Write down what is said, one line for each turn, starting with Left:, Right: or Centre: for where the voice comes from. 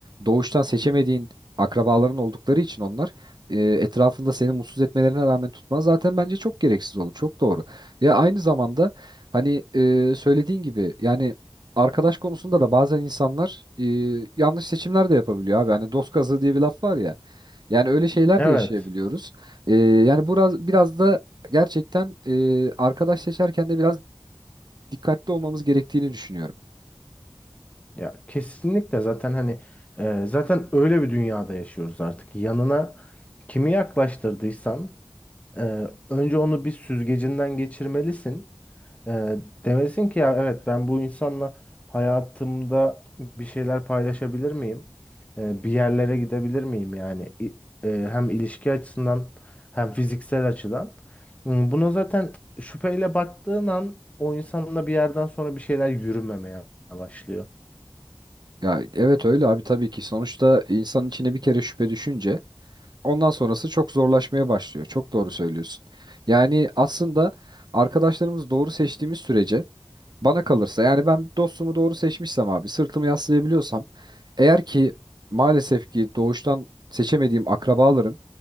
Right: doğuştan seçemediğin akrabaların oldukları için onlar e, etrafında seni mutsuz etmelerine rağmen tutman zaten bence çok gereksiz olur. Çok doğru. Ya aynı zamanda hani e, söylediğin gibi yani arkadaş konusunda da bazen insanlar e, yanlış seçimler de yapabiliyor abi. Hani dost kazığı diye bir laf var ya. Yani öyle şeyler
Left: Evet.
Right: de yaşayabiliyoruz. E, yani biraz biraz da gerçekten e, arkadaş seçerken de biraz dikkatli olmamız gerektiğini düşünüyorum.
Left: Ya kesinlikle zaten hani e, zaten öyle bir dünyada yaşıyoruz artık. Yanına kimi yaklaştırdıysan e, önce onu bir süzgecinden geçirmelisin. E, demelisin ki ya evet ben bu insanla hayatımda bir şeyler paylaşabilir miyim? E, bir yerlere gidebilir miyim yani? İ- e, hem ilişki açısından hem fiziksel açıdan. Hmm, Buna zaten şüpheyle baktığın an o insanla bir yerden sonra bir şeyler yürümemeye başlıyor.
Right: Ya evet öyle abi tabii ki. Sonuçta insanın içine bir kere şüphe düşünce ondan sonrası çok zorlaşmaya başlıyor. Çok doğru söylüyorsun. Yani aslında arkadaşlarımızı doğru seçtiğimiz sürece Bana kalırsa yani ben dostumu doğru seçmişsem abi sırtımı yaslayabiliyorsam eğer ki maalesef ki doğuştan seçemediğim akrabalarım